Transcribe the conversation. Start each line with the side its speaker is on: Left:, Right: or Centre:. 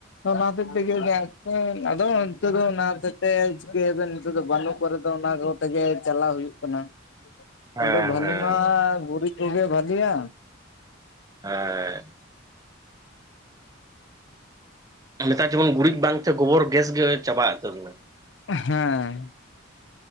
Left: ᱚᱱᱟ ᱦᱚᱛᱮᱡ ᱛᱮᱜᱮ ᱟᱫᱚ ᱱᱤᱛᱚᱜ ᱫᱚ ᱚᱱᱟ ᱦᱚᱛᱮᱡ ᱛᱮ ᱪᱤᱠᱟᱹᱭᱟᱵᱮᱱ ᱱᱤᱛᱚᱜ ᱫᱚ ᱵᱟᱹᱱᱩᱜ ᱠᱚᱨᱮ ᱫᱚ, ᱚᱱᱟ ᱠᱚ ᱛᱮᱜᱮ ᱪᱟᱞᱟᱣ ᱦᱩᱭᱩᱜ ᱠᱟᱱᱟ᱾ ᱠᱤᱱᱛᱩ
Right: ᱦᱮᱸ
Left: ᱵᱷᱟᱹᱞᱤ
Right: ᱦᱮᱸ
Left: ᱢᱟ ᱜᱩᱨᱤᱡᱽ ᱠᱚᱜᱮ ᱵᱷᱟᱞᱤᱭᱟ᱾
Right: ᱦᱮᱸᱻ ᱱᱮᱛᱟᱨ ᱡᱮᱢᱚᱱ ᱜᱩᱨᱤᱡᱽ ᱵᱟᱝ ᱛᱮ ᱜᱚᱵᱚᱨ ᱜᱮᱥ ᱜᱮ ᱪᱟᱵᱟ ᱩᱛᱟᱹᱨ ᱱᱟ᱾
Left: ᱦᱮᱸ᱾